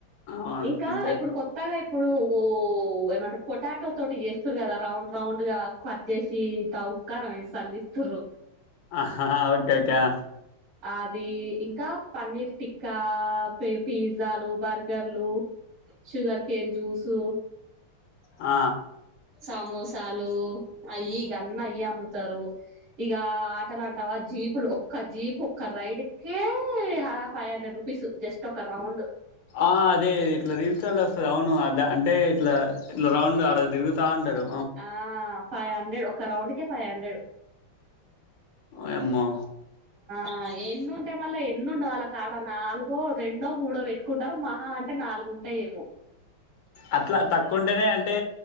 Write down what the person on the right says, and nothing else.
ఇంకా
ఇప్పుడు కొత్తగా ఇప్పుడు ఏమంటారు పొటాటో తోటి చేస్తురు కదా రౌండ్ రౌండ్ గా కట్ చేసి చీ ఇంత ఉప్పుకారం ఏసీ సళ్ళిస్తూరు
అది ఇంకా పన్నీర్ టిక్క పి పిజ్జాలు బర్గర్లు షుగర్ కేెన్ జ్యూసు
సమోసాలు అయ్యి ఇగ అన్ని అయ్యే అమ్ముతారు ఇగ ఎట్టలాంటావా జీప్లు ఒక్క జీప్ ఒక్క రైడ్ హై half five hundred rupees just ఒక రౌండ్
ఆ ఫైవ్ హండ్రెడ్ ఒక రౌండ్ కే ఫైవ్ హండ్రెడ్
ఆ ఎన్ని ఉంటాయి మళ్ళా ఎన్నుండవు వాళ్ళ కాడ నాలుగో రెండో మూడో పెట్టుకుంటారు మహా అంటే నాలుగు ఉంటయేమో